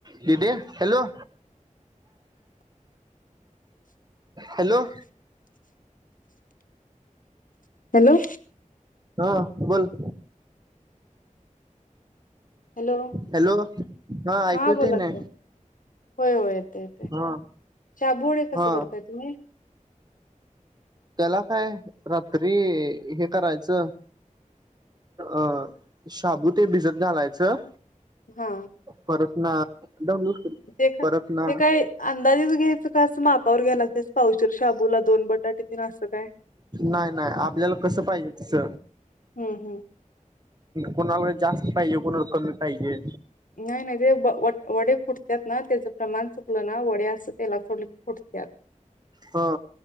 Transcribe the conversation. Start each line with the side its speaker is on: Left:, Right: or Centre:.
Right: दिदे hello hello.
Left: Hello.
Right: हा बोल.
Left: Hello
Right: hello ऐकू
Left: हा
Right: येतय
Left: बोला
Right: ना
Left: की. होय होय येते येते
Right: हा
Left: शाबोळे कस
Right: हा
Left: करताय तुम्ही?
Right: त्याला काय रात्री हे करायचं अ शाबू ते भिजत घालायचं.
Left: हा
Right: परत ना <unintelligible>
Left: ते का
Right: परत ना
Left: ते काय अंदाजेच घ्यायचं का असं मापावर घ्यायला पावशेर शाबूला दोन बटाटे तीन असं काय
Right: नाय नाय आपल्याला कसं पाहिजे तस.
Left: हम हम.
Right: कोणाला जास्त पाहिजे कोणाला कमी पाहिजे.
Left: नाही नाही ते व व वडे फुट त्यांत ना त्याचं प्रमाण चुकलं ना वडे असं तेलात सोडलं की फुटत्यात.
Right: ह